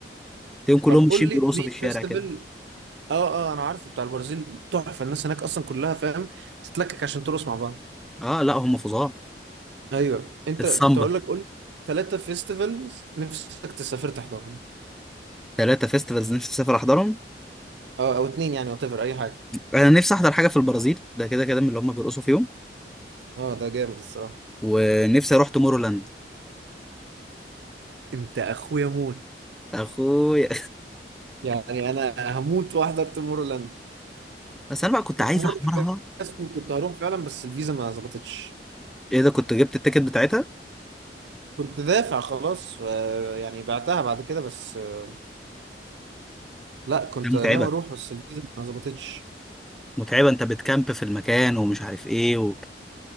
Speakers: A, in the centre; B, on the right.
A: تلاقيهم كلهم
B: طب
A: ماشيين
B: قول
A: بيرقصوا
B: لي اتنين
A: في الشارع
B: فيستيفال
A: كده
B: اه اه انا عارفه بتاع البرازيل تحفه الناس هناك اصلا كلها فاهم تتلكك عشان ترقص مع بعض
A: اه لا هم فظاع
B: ايوه انت
A: السامبا
B: كنت هقول لك قول ثلاثه فيستيفالز نفسك تسافر تحضرهم
A: ثلاثه فيستيفالز نفسي اسافر احضرهم
B: اه او اتنين يعني وات ايفر اي حاجه
A: انا نفسي احضر حاجه في البرازيل ده كده كده من اللي هم بيرقصوا فيهم
B: اه ده جامد الصراحه
A: ونفسي اروح تومورولاند
B: انت اخويا موت
A: اخويا
B: يعني انا هموت واحضر تومورلاند
A: بس انا بقى كنت
B: وفي
A: عايز
B: مره
A: احضرها
B: جاسكو كنت هروح فعلا بس الفيزا ما ظبطتش
A: ايه ده كنت جبت التيكت بتاعتها
B: كنت دافع خلاص آه، يعني بعتها بعد كده بس آه، لا كنت
A: دي متعبه
B: ناوي اروح بس الفيزا ما ظبطتش
A: متعبه انت بتكامب في المكان ومش عارف ايه و...